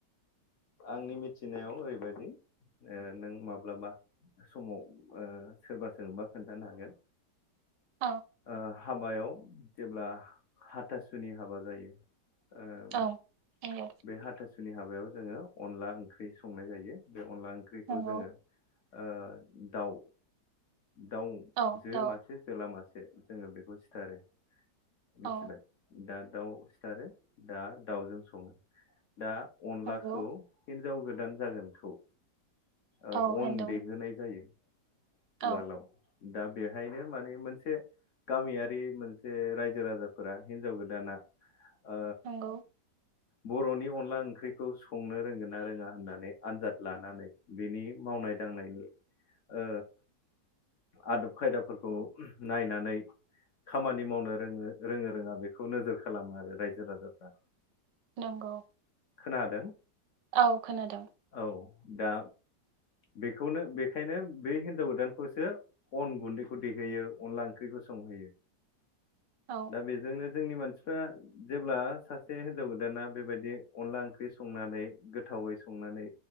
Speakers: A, on the left; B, on the right.
A: आंनि मिथिनायाव ओरैबायदि ओ नों माब्लाबा समाव सोरबा सोंबा खोन्थानो हागोन।
B: औ
A: आ हाबायाव जेब्ला हाथास सुनि हाबा जायो। ओ
B: औ नंगौ
A: बे हाथा सुनि हाबायाव जोङो अनला ओंख्रि संनाय जायो। बे अनला ओंख्रिखौ
B: नंगौ
A: जोङो ओ दाउ दाउ
B: औ
A: जो
B: दाउ
A: मासे जोला मासे जोङो बेखौ सिथारो मिथिबाय।
B: औ
A: दा दाउ सिथारो दा दाउजों सङो दा अनलाखौ
B: नंगौ
A: हिन जाव गोदान जागोनखौ ओ
B: औ हेन्दौ
A: अन देहोनाय जायो उवालाव।
B: औ
A: दा बेहायनो माने मोनसे गामियारि मोनसे रायजो राजाफोरा हिनजाव गोदाना ओ
B: नंगौ
A: बर'नि अनला ओंख्रिखौ संनो रोंगोन ना रोङा होननानै आनजाद लानानै बिनि मावनाय दांनायनि ओ आदब खायदाफोरखौ नायनानै खामानि मावनो रोङो रोङो रोङा बेखौ नोजोर खालामो आरो रायजो राजाफ्रा।
B: नंगौ
A: खोनादों।
B: औ खोनादों।
A: औ दा बेखौनो बेखायनो बे हिनजाव गोदानखौसो अन गुन्दैखौ दैहोयो अनला ओंख्रिखौ संहोयो।
B: औ
A: दा बेजोंनो जोंनि मानसिफ्रा जेब्ला सासे हिनजाव गोदाना बेबायदि अनला ओंख्रि संनानै गोथावै संनानै